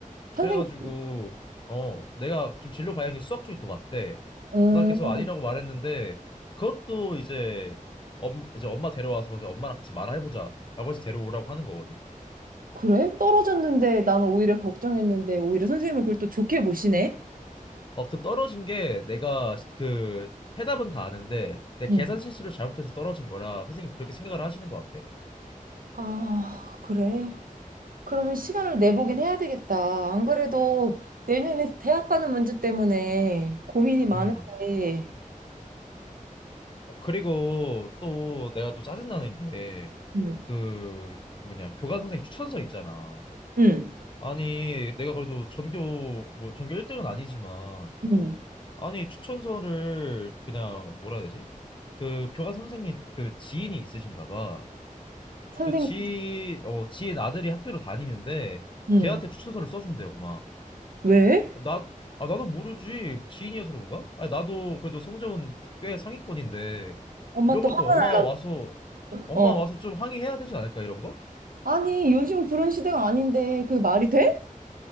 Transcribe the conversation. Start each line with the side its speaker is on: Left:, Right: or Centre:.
Right: 선생님,
Left: 그래가지고, 어, 내가 좀 진로 방향이 수학 쪽이 더 맞대.
Right: 음.
Left: 난 계속 아니라고 말했는데, 그것도 이제, 엄, 이제 엄마 데려와서 이제 엄마랑 같이 말해보자. 라고 해서 데려오라고 하는 거거든.
Right: 그래? 떨어졌는데 나는 오히려 걱정했는데 오히려 선생님은 그걸 또 좋게 보시네?
Left: 어, 그 떨어진 게 내가 그 해답은 다 아는데 내
Right: 응,
Left: 계산 실수를 잘못해서 떨어진 거라 선생님 그렇게 생각을 하시는 것 같아.
Right: 아, 그래? 그러면 시간을 내보긴 해야 되겠다. 안 그래도 내년에 대학 가는 문제 때문에 고민이 많은데.
Left: 음. 어, 그리고 또 내가 또 짜증나는 게
Right: 응.
Left: 그 뭐냐 교감 선생님 추천서 있잖아.
Right: 응.
Left: 아니 내가 그래도 전교 뭐 전교 1등은 아니지만
Right: 응.
Left: 아니 추천서를 그냥 뭐라 해야 되지? 그 교감 선생님 그 지인이 있으신가 봐.
Right: 선생님.
Left: 그 지인 어 지인 아들이 학교를 다니는데
Right: 응.
Left: 걔한테 추천서를 써준대 엄마.
Right: 왜?
Left: 나, 아, 나도 모르지. 지인이어서 그런가? 아, 나도 그래도 성적은 꽤 상위권인데,
Right: 엄마
Left: 이런
Right: 또
Left: 것도
Right: 화,
Left: 엄마 와서, 엄마
Right: 어.
Left: 와서 좀 항의해야 되지 않을까, 이런 거?
Right: 아니, 요즘 그런 시대가 아닌데 그게 말이 돼?